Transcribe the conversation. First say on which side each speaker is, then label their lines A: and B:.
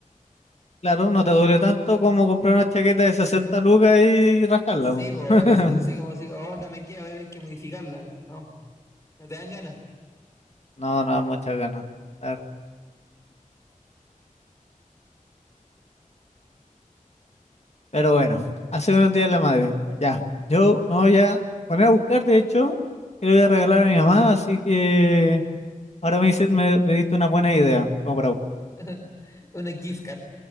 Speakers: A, on the left (about 50°); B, on the left (about 20°).
A: Claro, no te duele tanto como comprar una chaqueta de 60 lucas y rascarla.
B: Sí,
A: po.
B: pues,
A: <laughs>
B: así como si, oh, no me queda, voy a tener que modificarla. No, no te dan ganas.
A: No, no da muchas ganas, la verdad. Pero bueno, hace con el Día de la Madre. Ya, yo me voy a poner a buscar, de hecho, que le voy a regalar a mi mamá, así que... Ahora me, hice- me, me diste una buena idea, como para buscar.
B: <laughs> Una gift card.